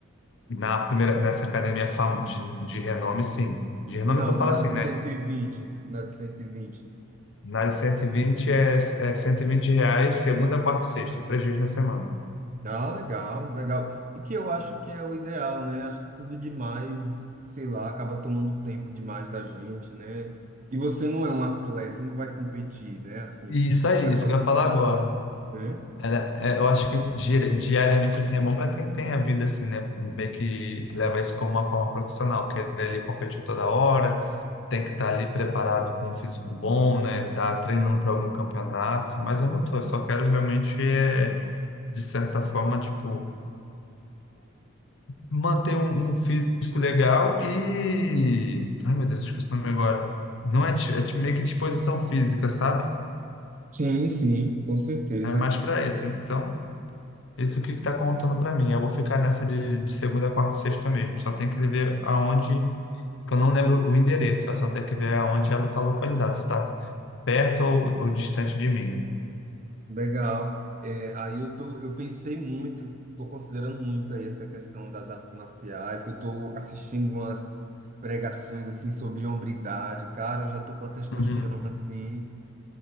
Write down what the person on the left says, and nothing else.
Na primeira, nessa academia fam- de, de renome, sim. De renome
que eu falo
assim,
né?
Na de 120 é, é 120 reais, segunda, quarta e sexta, três vezes na semana.
E
isso
aí,
isso
que eu ia falar
agora.
Ela, é, eu acho que diari- diariamente, assim, é bom para quem tem a vida, assim, né? Meio que leva isso como uma forma profissional, que ele competir toda hora, tem que estar ali preparado com um físico bom, né? Tá treinando para algum campeonato, mas eu não tô, eu só quero realmente, é, de certa forma, tipo manter um, um físico legal e. Ai, meu Deus, esqueci o nome agora. Não é, dis- é ti- meio que disposição física, sabe?
É mais para esse. Então, esse é o que está contando para mim. Eu vou ficar nessa de, de segunda, quarta e sexta mesmo. Só tem que ver aonde. Que eu não lembro o endereço, eu só tenho que ver aonde ela está localizada, se está perto ou, ou distante de mim, né?
Uhum.